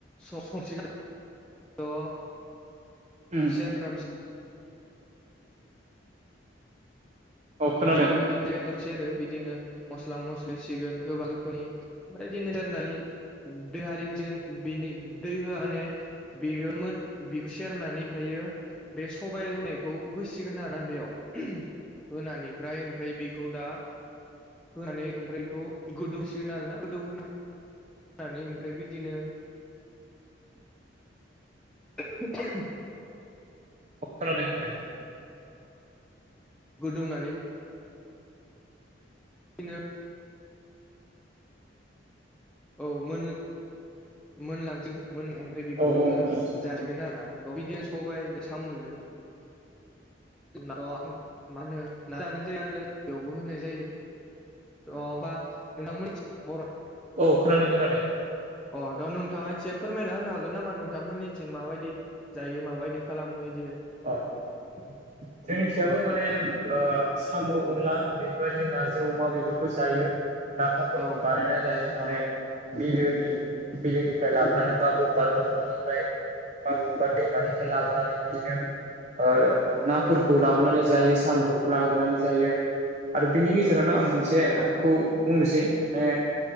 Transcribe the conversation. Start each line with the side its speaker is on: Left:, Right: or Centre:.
Centre: स-ससिगोन। ओ।
Right: उम।
Centre: सेरफ्राम
Right: औ खोनादों
Centre: सिगोन बिदिनो बेदर सेरो बिदिनो मस्ला मस्लि होसिगोन गोबां रोखोमनि ओमफ्राय बिदिनो जार दै हारि होसिगोन बेनि दै होआ माने बेयो मोन बेखो सेरनानै ओमफ्रायो। बे सबाइ रुनायखौ होसिगोन आरो ना बेयाव होनानै फ्राय ओमफ्राय बिखौ दा होनानै ओमफ्रायखौ गोदौसिगोन आरोना गोदौहोना नानै ओमफ्राय बिदिनो <inaudible>
Right: औ खोनादों खोनादों।
Centre: गोदौनानै बिदिनो औ मोन मोनलांसै मोननाया ओमफ्राय बेखौनो
Right: औ औ
Centre: जोङो जासै। गोन आरोना <unintelligible> बिदिनो सबाय साम'जों सामुजों। मा होनो <unintelligible> जानाय जायो आरो बेयावबो होनाय जायो। अ बा नोंथांमोनथिं बर
Right: औ खोनादों खोनादों।
Centre: अ दा नोंथाङा एसे फोरमायना होनो हागोन नामा नोंथांमोननिथिं माबायदि जायो माबायदि खालामो इदियै।
Right: <unintelligible> जोंनिखिजायबो माने ओ सामु अनला बेफोरबायदि नार्जि अमा बेफोरखौ जायो। नाफामफोरखौ
Centre: औ
Right: बानायना जायो अनेक बिलोनि बिलोनिफ्राय लाबोनानै बा बबा दंग'निफ्राय बा बबा दैमानिफ्राय लाबोनानै बिदिनो ओ नाफोरखौ लाबोनानै जायो साम'फोरखौ लाबोनानै जायो। आरो बिनि गेजेरावनो आं मोनसेखौ
Centre: औ
Right: बुंनोसै ओ